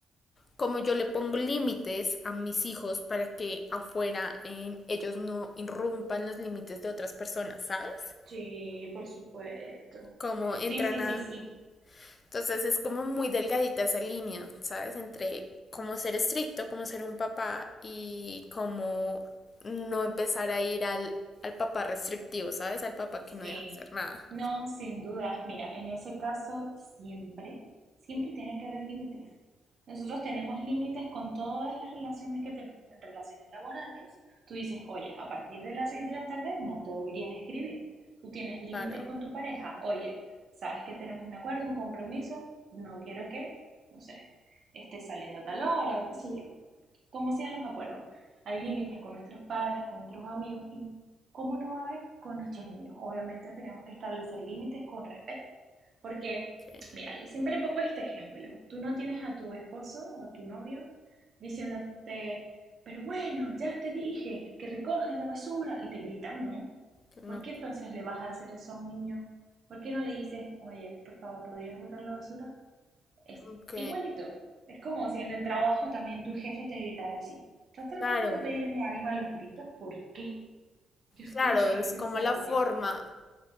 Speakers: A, on the left (about 35°); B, on the right (about 50°).
A: como yo le pongo límites a mis hijos para que afuera en ellos no irrumpan los límites de otras personas, ¿sabes?
B: Sí, por supuesto.
A: como entran
B: Sí, sí,
A: a...
B: sí, sí.
A: Entonces es como muy delgadita esa línea, ¿sabes? Entre cómo ser estricto, cómo ser un papá y cómo no empezar a ir al, al papá restrictivo, ¿sabes? Al papá
B: Sí,
A: que no deja hacer nada.
B: no, sin dudas. Mira, en ese caso siempre, siempre tiene que haber límites. Nosotros tenemos límites con todas las relaciones que tenemos. En relaciones laborales, tú dices, oye, a partir de las 6 de la tarde no te deberían escribir. Tú tienes límites
A: Claro,
B: con tu pareja. Oye, sabes que tenemos un acuerdo, un compromiso, no quiero que, no sé, estés saliendo a tal hora, o qué sé yo como sean los acuerdos. Hay límites con nuestros padres, con nuestros amigos y cómo no va a haber con nuestros niños. Obviamente tenemos que establecer límites con respeto, porque,
A: que,
B: mira, yo siempre pongo este ejemplo. Tú no tienes a tu esposo o a tu novio diciéndote, pero bueno, ya te dije que recojas la basura y te grita, ¿no?
A: que no.
B: ¿Por qué entonces le vas a hacer eso a un niño? ¿Por qué no le dices, oye, por favor, ¿podrías botar la basura? Es
A: Ok.
B: igualito. Es como si en el trabajo también tu jefe te gritara así. ¿Estás tratando
A: Claro,
B: de pedirme algo a los gritos? ¿Por qué? Yo escucho,
A: claro,
B: no
A: es
B: estoy
A: como
B: sorda.
A: la forma